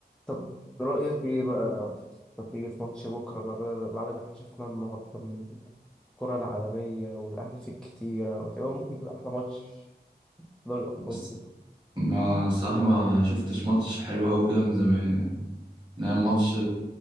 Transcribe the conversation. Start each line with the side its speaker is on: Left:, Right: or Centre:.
Centre: طب رأيك إيه بقى في في ماتش بكرة بقى بعد بعد اللي شفناه النهاردة من الكرة العالمية والأهداف الكتيرة وتقريبا ممكن يكون أحلى ماتش في دوري الأبطال
Right: بس
Centre: كله
Right: ما صراحة ما شفتش ماتش حلو أوي كده من زمان يعني من أيام ماتش